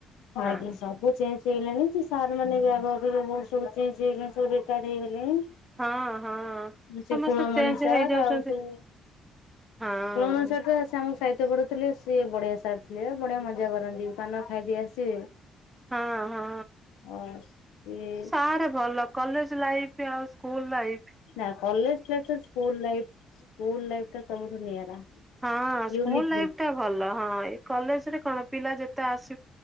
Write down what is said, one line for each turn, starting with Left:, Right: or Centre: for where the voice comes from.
Left: ଆଜ୍ଞା
Right: ହଁ
Left: ସବୁ ଚେଞ୍ଜ ହେଲାଣି ସେ ସାର ମାନେ ବି ଆଗ ଅପେକ୍ଷା ଏବେ ବହୁତ ସବୁ ଚେଞ୍ଜ ହେଲାଣି ସବୁ ରିଟାର୍ଡ ହେଇଗଲେଣି।
Right: ହଁ ହଁ
Left: ସେ
Right: ସମସ୍ତେ
Left: କୁଳମଣି
Right: ଚେଞ୍ଜ
Left: ସାର୍
Right: ହେଇଯାଉଛନ୍ତି।
Left: ଆଉ ସବୁ
Right: ହଁ।
Left: କୁଳମଣି ସାର୍ ଟା ସେ ଆମକୁ ସାହିତ୍ୟ ପଢୁଥିଲେ ସିଏ ବଢିଆ ସାର ଥିଲେ ବଢିଆ ମଜା କରନ୍ତି ପାନ ଖାଇଦେଇ ଆସିବେ।
Right: ହଁ ହଁ
Left: ଅ ସିଏ
Right: ସ ଏତେ ଭଲ କଲେଜ ଲାଇଫ ଆଉ ସ୍କୁଲ ଲାଇଫ୍।
Left: ନା କଲେଜ ଲାଇଫ ଠାରୁ ସ୍କୁଲ ଲାଇଫ ସ୍କୁଲ ଲାଇଫ ଟା ସବୁଠୁ ନିଆରା।
Right: ହଁ ସ୍କୁଲ
Left: ୟୁନିକ୍
Right: ଲାଇଫ
Left: ବି।
Right: ଟା ଭଲ ହଁ ଏ କଲେଜରେ କଣ ପିଲା ଯେତେ ଆସ